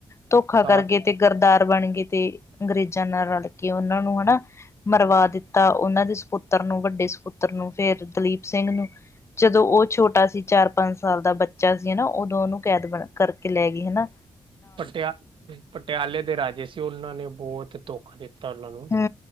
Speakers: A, on the left; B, on the right.
A: ਧੋਖਾ
B: ਸਾਥ
A: ਕਰਕੇ ਤੇ, ਗਰਦਾਰ ਬਣ ਗਏ ਤੇ ਅੰਗਰੇਜ਼ਾਂ ਨਾਲ ਰਲ ਕੇ, ਉਹਨਾਂ ਨੂੰ ਹੈਨਾ ਮਰਵਾ ਦਿੱਤਾ ਉਹਨਾਂ ਦੇ ਸਪੁੱਤਰ ਨੂੰ, ਵੱਡੇ ਸਪੁੱਤਰ ਨੂੰ, ਫਿਰ ਦਲੀਪ ਸਿੰਘ ਨੂੰ, ਜਦੋਂ ਉਹ ਛੋਟਾ ਸੀ। ਚਾਰ- ਪੰਜ ਸਾਲ ਦਾ ਬੱਚਾ ਸੀ। ਹੈਨਾ! ਉਦੋਂ ਉਹਨੂੰ ਕੈਦ ਕਰਕੇ ਲੈ ਗਈ। ਹੈਨਾ!
B: ਪਟਯਾ ਪਟਿਆਲੇ ਦੇ ਰਾਜੇ ਸੀ, ਉਨਾਂ ਨੇ ਬੋਤ ਦੁਖ ਦਿੱਤਾ ਉਨਾਂ ਨੂੰ
A: ਹੈ।